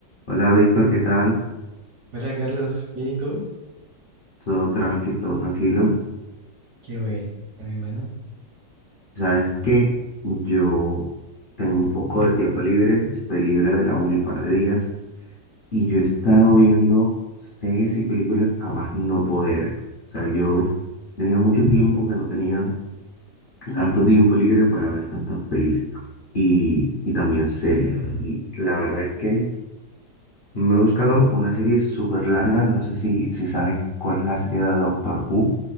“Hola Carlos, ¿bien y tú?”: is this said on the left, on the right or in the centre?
Right